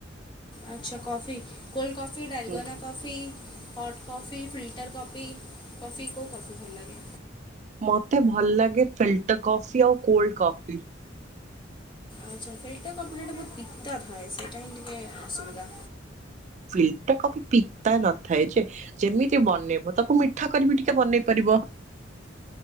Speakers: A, on the left; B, on the right.
A: ଆଚ୍ଛା କଫି କୋଲ୍ଡ କଫି? dalgona
B: ହୁଁ
A: coffee? Hot coffee, filter coffee, coffee କୋଉ କଫି ଭଲ ଲାଗେ?
B: ମତେ ଭଲ ଲାଗେ ଫିଲ୍ଟର କଫି, ଆଉ କୋଲ୍ଡ କଫି।
A: ଆଚ୍ଛା ଫିଲ୍ଟର କଫିଟା ଟିକେ ବହୁତ ପିତା ଥାଏ ସେଇଟା ହିଁ ଟିକେ ଅସୁବିଧା।
B: ଫିଲଟର କଫି ପିତା ନଥାଏ ଯେ ଯେମିତି ବନେଇବ, ତାକୁ ମିଠା କରିବି ଟିକେ ବନେଇ ପାରିବ।